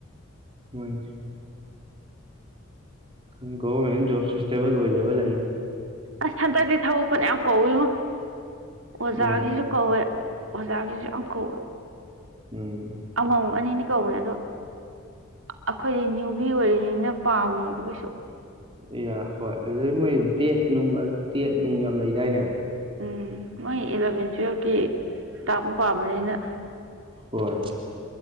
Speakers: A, on the right (about 25°); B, on the right (about 70°).
A: ꯃꯣꯏ ꯈꯪꯒꯣꯦꯟ ꯣꯁꯁꯇꯦꯕꯜ ꯑꯣꯏꯖꯕ ꯂꯥꯏꯟ
B: ꯑꯁ ꯍꯟꯗꯛꯇꯤ ꯊꯕꯛꯄꯅ ꯌꯥꯝ ꯀꯧꯏꯣ ꯑꯣꯖꯥꯒꯤꯁꯨ
A: ꯎꯝ
B: ꯀꯧꯋꯦ ꯑꯣꯖꯥꯒꯤꯁꯨ ꯌꯥꯝ ꯀꯧꯋꯦ
A: ꯎꯝ
B: ꯑꯃ ꯑ ꯀꯧꯅꯦ ꯑꯗꯣ ꯑꯩꯈꯣꯏꯗꯤ ꯭ꯨꯕꯤ ꯑꯣꯏꯔꯤꯅꯤꯅ ꯄꯥꯝꯃꯣꯏꯕ ꯀꯩꯁꯨ
A: ꯏ ꯍꯣꯏ ꯑꯗꯨꯗꯩ ꯃꯣꯏ ꯕꯦꯠ ꯅꯨꯡ ꯇꯦꯠ ꯅꯨꯡ ꯌꯥꯝ ꯂꯩꯗꯥꯏꯅꯦ
B: ꯎꯝ ꯃꯣꯏ ꯏꯂꯚꯦꯟ ꯇꯨꯋꯜꯕꯀꯤ ꯇꯥꯛꯄ ꯄꯥꯝꯕꯅꯤꯅ
A: ꯍꯣꯏ